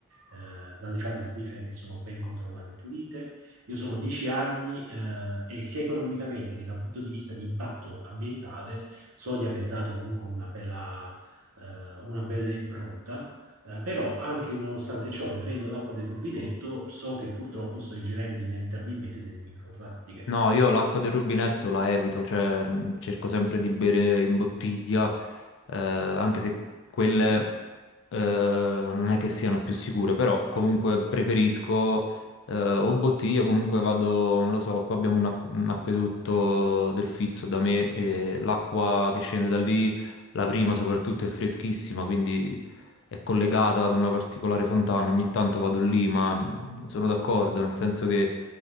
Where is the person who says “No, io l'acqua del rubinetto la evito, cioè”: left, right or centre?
Left